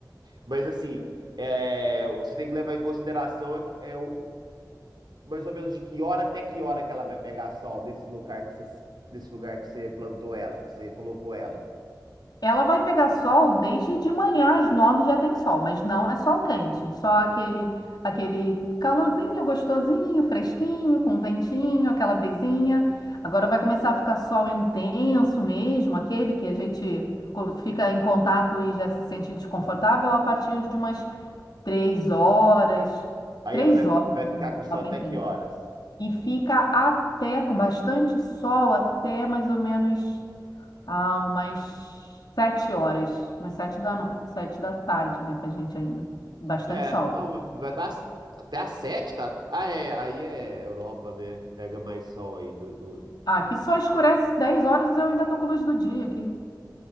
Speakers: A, on the right; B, on the left.
A: Mas assim, é, o que você tem que levar em consideração é, que- é o- mais ou menos de que hora até que hora que ela vai pegar sol nesse lugar que você, nesse lugar que você plantou ela, que você colocou ela.
B: Ela vai pegar sol desde de manhã às nove já tem sol, mas não é sol quente, só aquele aquele calorzinho gostosinho, fresquinho, com ventinho, aquela brisinha. Agora vai começar a ficar sol intenso mesmo, aquele que a gente co- fica em contato e já se sente desconfortável a partir de umas três horas,
A: Aí
B: três
A: ela vai,
B: horas,
A: vai ficar
B: sim,
A: com sol
B: tá bem
A: até
B: quente.
A: que horas?
B: E fica até com bastante sol até mais ou menos há umas sete horas, umas sete da no... sete da tarde, né, pra gente ainda. Bastante
A: É,
B: sol.
A: não, vai dar as- até às sete, tá? Ah, é, aí é Europa, né? Pega mais sol aí no, no-
B: Ah, aqui só escurece 10 horas, eu ainda tô com luz do dia aqui.